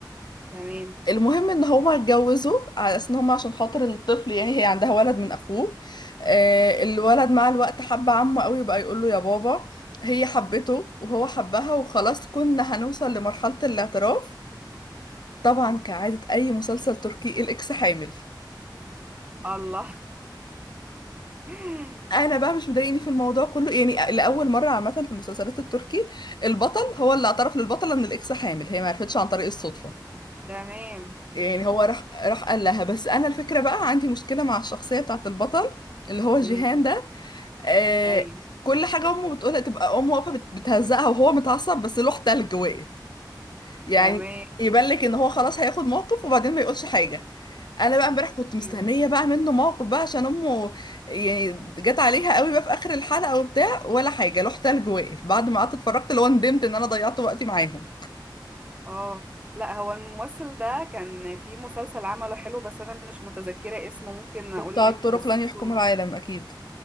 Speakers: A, on the right; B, on the left.
A: تمام
B: المهم ان هما اتجوزوا على اساس ان هما عشان خاطر الطفل يعني هي عندها ولد من اخوه آه، الولد مع الوقت حب عمه قوي بقى يقول له يا بابا هي حبته وهو حبها وخلاص كنا هنوصل لمرحلة الاعتراف طبعا
A: مم.
B: كعادة اي مسلسل تركي الاكس حامل
A: الله <laughs>
B: انا بقى مش مضايقني في الموضوع كله يعني لاول مره عامه في المسلسلات التركي البطل هو اللي اعترف للبطله ان الاكس حامل هي ما عرفتش عن طريق الصدفه
A: تمام
B: يعني هو راح راح قال لها بس انا الفكره بقى عندي مشكله مع الشخصيه بتاعت البطل اللي هو جيهان
A: امم
B: ده آه
A: ايوه
B: كل حاجه امه بتقولها تبقى امه واقفه بت- بتهزقها وهو متعصب بس لوح تلج واقف يعني
A: تمام
B: يبان لك ان هو خلاص هياخد موقف وبعدين ما يقولش حاجه انا بقى امبارح كنت مستنيه
A: مم.
B: بقى منه موقف بقى عشان امه يعني جت عليها قوي بقى في اخر الحلقه وبتاع ولا حاجه لوح تلج واقف بعد ما قعدت اتفرجت اللي هو ندمت ان انا ضيعت وقتي معاهم
A: اه لا هو الممثل ده كان في مسلسل عمله حلو بس انا مش متذكرة اسمه ممكن اقول
B: وبتاع
A: لك
B: الطرق
A: قصته
B: لن يحكموا العالم اكيد